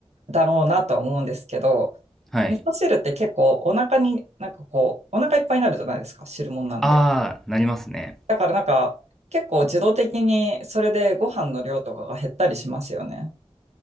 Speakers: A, on the right; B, in the centre.
A: だろうなと思うんですけど、
B: はい
A: 味噌汁って結構お腹に、なんかこう、お腹いっぱいになるじゃないですか、汁物なんで。
B: ああなりますね
A: だからなんか、結構自動的にそれでご飯の量とかが減ったりしますよね。